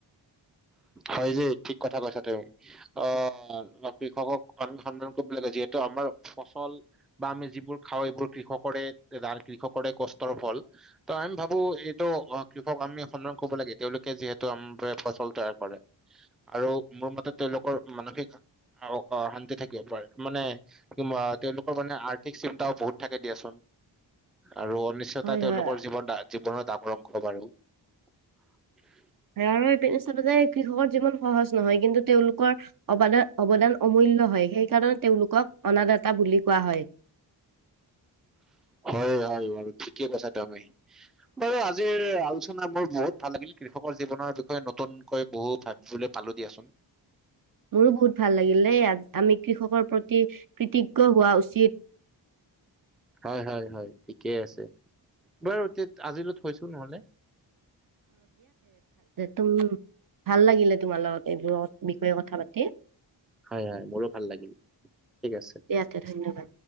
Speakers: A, in the centre; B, on the right (about 50°).
A: হয় জি ঠিক কথা কৈছা তুমি অ কৃষকক আমি সন্মান কৰিব লাগে যিহেতু আমাৰ ফচল বা আমি যিবোৰ খাওঁ এইবোৰ কৃষকৰে কৃষকৰে কষ্টৰ ফল ত আমি ভাবো এইটো কৃষক আমি সন্ধান কৰিব লাগে তেওঁলোকে যিহেতু আম ফচল <unintelligible> তৈয়াৰ কৰে আৰু মোৰ মতে তেওঁলোকৰ মানসিক শান্তি থাকিব পাৰে মানে তেওঁলোকৰ মানে আৰ্থিক চিন্তাও বহুত থাকে দিয়াচোন আৰু অনিশ্চয়তা
B: হয়
A: তেওঁলোকৰ
B: হয়
A: জীৱন জীৱনত আকৰংক বাৰু <unintelligible>
B: স আৰু চ যে কৃষকৰ জীৱন সহজ নহয় কিন্তু তেওঁলোকৰ অবাদ <unintelligible> অৱদান অমূল্য হয় সেইকাৰণে তেওঁলোকক অনাদাতা বুলি কোৱা হয়
A: হয় হয় বাৰু ঠিকে কৈছা তুমি। বাৰু আজিৰ আলোচনা বোৰ বহুত ভাল লাগিল। কৃষকৰ জীৱনৰ বিষয়ে নতুনকৈ বহু ভাবলৈ পালো দিয়াচোন।
B: মোৰো বহুত ভাল লাগিল দেই আমি কৃষকৰ প্ৰতি কৃতজ্ঞ হোৱা উচিত।
A: হয় হয় হয় ঠিকেই আছে, বাৰু দিয়া আজিলৈ থৈছো নহলে।
B: তোম ভাল লাগিলে তোমাৰ লগত এইবোৰৰ বিষয়ে কথা পাতি।
A: হয় হয় মোৰো ভাল লাগিল ঠিক আছে
B: দিয়া তে ধন্যবাদ।